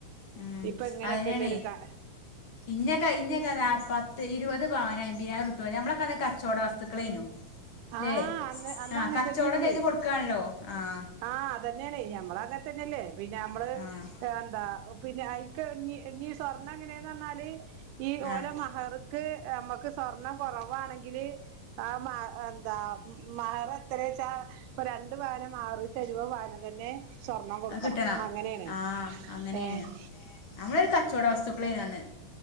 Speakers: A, on the left; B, on the right.
A: ഉം
B: ഇപ്പൊ ഇങ്ങനെയൊക്കെല്ലൊരു
A: അയ്നാണ്
B: കാ
A: ഇന്നൊക്കെ ഇന്നക്ക ത പത്ത് ഇരുപത് പവന അയ്മ്പയ്നായിര ഉരുപ്യ വരെ നമ്മളക്കെ കച്ചവട വസ്തുക്കളേനു ല്ലേ
B: ആഹ് അന്ന് അന്ന്
A: ആഹ്
B: അങ്ങനെ
A: കച്ചവടം
B: തന്നെയായിരുന്നേ
A: ചെയ്ത് കൊടുക്കാണല്ലോ. ആഹ്
B: ആഹ് അതന്നെണേ നമ്മൾ അങ്ങനെ തന്നെല്ലേ. പിന്നെ നമ്മള്
A: ആഹ്
B: എന്താ പിന്നെ ഐക്ക നീ സ്വർണ്ണം എങ്ങനെയന്ന് പറഞ്ഞാല് ഈ ഓല
A: ആഹ്
B: മഹർ നമക്ക് സ്വർണം കുറവാണെങ്കിൽ ആ മാ എന്താ മഹറ് എത്രച്ച ഇ രണ്ടു പവൻ്റെ മാറ് വനം തന്നെ സ്വർണം കൊടുക്കണം.
A: അത് കിട്ടണം
B: അങ്ങനെയാണ്,
A: ആഹ് അങ്ങനെയാണ്
B: ഏ ഹ്
A: നമ്മളൊരു കച്ചവട വസ്തുക്കളേനന്ന്